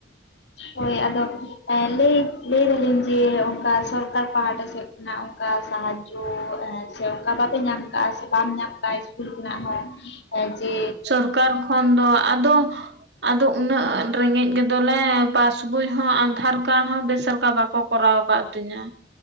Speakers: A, on the left; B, on the right.
A: ᱦᱳᱭ ᱟᱫᱚ ᱮ ᱞᱟᱹᱭ ᱞᱟᱹᱭ ᱫᱟᱞᱤᱧ ᱡᱮ ᱚᱱᱠᱟ ᱥᱚᱨᱠᱟᱨ ᱯᱟᱦᱴᱟ ᱥᱮᱫ ᱱᱟ ᱚᱝᱠᱟ ᱥᱟᱦᱟᱡᱡᱚ ᱪᱮ ᱚᱝᱠᱟ ᱵᱟᱯᱮ ᱧᱟᱢ ᱠᱟᱜ-ᱟ ᱥᱮ ᱵᱟᱢ ᱧᱟᱢ ᱠᱟᱜ-ᱟ ᱤᱥᱠᱩᱞ ᱠᱷᱚᱱᱟᱜ ᱦᱚᱸ ᱚᱡᱮ
B: ᱥᱚᱨᱠᱟᱨ ᱠᱷᱚᱱ ᱫᱚ ᱟᱫᱚ ᱟᱫᱚ ᱩᱱᱟᱹᱜ ᱨᱮᱸᱜᱮᱡ ᱜᱮᱫᱚᱞᱮ ᱯᱟᱥᱵᱩᱭ <unintelligible> ᱦᱚᱸ ᱟᱫᱷᱟᱨ ᱠᱟᱬ ᱦᱚᱸ ᱵᱮᱥᱞᱮᱠᱟ ᱵᱟᱠᱚ ᱠᱚᱨᱟᱣ ᱟᱠᱟᱜ ᱛᱤᱧᱟᱹ,